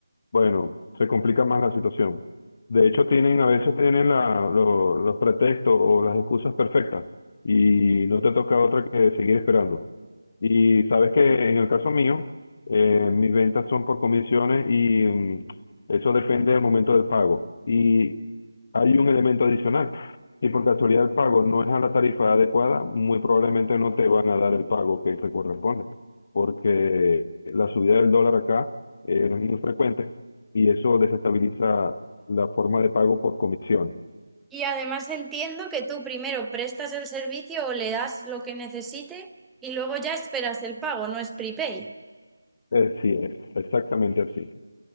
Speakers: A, on the left; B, in the centre.
A: Bueno, se complica más la situación. De hecho, tienen, a veces tienen la- lo- los pretextos o las excusas perfectas y no te toca otra que seguir esperando. Y sabes que en el caso mío, eh, mis ventas son por comisiones y mm, eso depende del momento del pago. Y hay un elemento adicional. Si por casualidad el pago no es a la tarifa adecuada, muy probablemente no te van a dar el pago que te corresponde, porque la subida del dólar acá eh, es muy frecuente y eso desestabiliza la forma de pago por comisión.
B: Y además entiendo que tú primero prestas el servicio o le das lo que necesite y luego ya esperas el pago, no es prepay.
A: Eh, sí, es exactamente así.